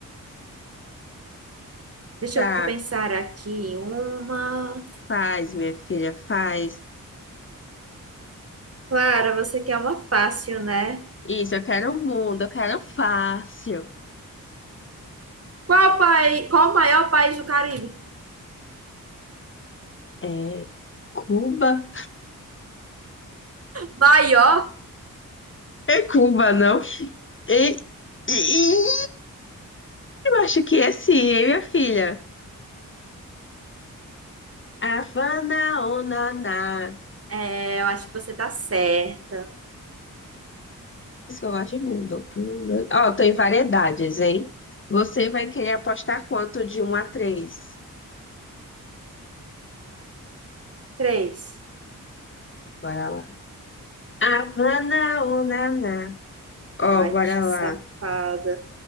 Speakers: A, on the right; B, on the left.
A: Deixa
B: Tá,
A: eu pensar aqui. Uma.
B: faz, minha filha, faz.
A: Clara, você quer uma fácil, né?
B: Isso, eu quero o mundo, eu quero fácil.
A: Qual país, qual o maior país do Caribe?
B: É, Cuba.
A: Maior?
B: É Cuba, não? E, e- eu acho que é sim, hein, minha filha? Havana, onaná. Por
A: É, eu acho que você tá certa.
B: Isso que eu gosto de mundo. mundo. Ó, tem variedades, hein? Você vai querer apostar quanto de um a três?
A: Três.
B: Bora lá. Havana, onaná. Ó,
A: Ai,
B: bora
A: bicho safada.
B: lá.